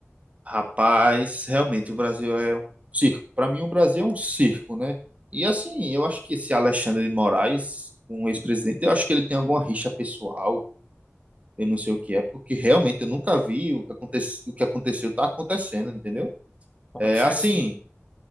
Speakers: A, on the right (about 30°); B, on the left (about 20°).
A: Rapaz, realmente o Brasil é um circo. Para mim, o Brasil é um circo, né? E assim, eu acho que esse Alexandre de Moraes, um ex-presidente, eu acho que ele tem alguma rixa pessoal, eu não sei o que é, porque realmente eu nunca vi o que aconte... o que aconteceu, tá acontecendo, entendeu?
B: Pode
A: É
B: ser
A: assim.
B: sim.